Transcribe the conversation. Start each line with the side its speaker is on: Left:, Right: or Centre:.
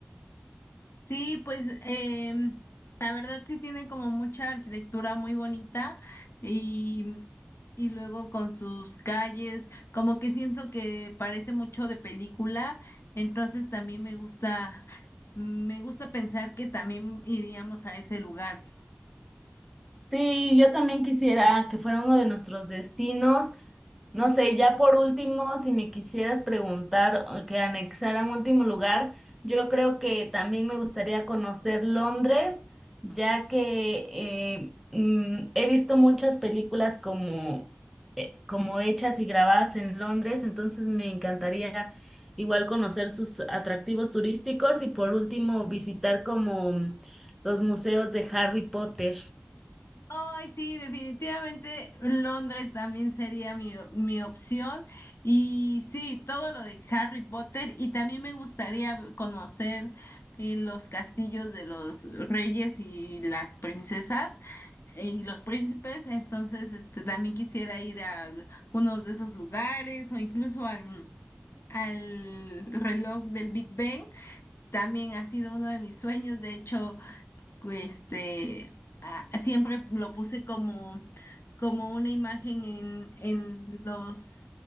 Left: Sí, pues em, la verdad sí tiene como mucha arquitectura muy bonita y, y luego con sus calles, como que siento que parece mucho de película, entonces también me gusta, me gusta pensar que también iríamos a ese lugar.
Centre: Sí, yo también quisiera que fuera uno de nuestros destinos. No sé, ya por último, si me quisieras preguntar o que anexara un último lugar, yo creo que también me gustaría conocer Londres, ya que eh, mm, he visto muchas películas como, eh, como hechas y grabadas en Londres, entonces me encantaría igual conocer sus atractivos turísticos y por último visitar como mm, los museos de Harry Potter.
Left: Ay, sí, definitivamente Londres también sería mi, mi opción. Y sí, todo lo de Harry Potter. Y también me gustaría conocer eh, los castillos de los reyes y las princesas eh, y los príncipes. Entonces, este, también quisiera ir a algunos de esos lugares o incluso al, al reloj del Big Ben. También ha sido uno de mis sueños. De hecho, este, ah, siempre lo puse como, como una imagen en, en los,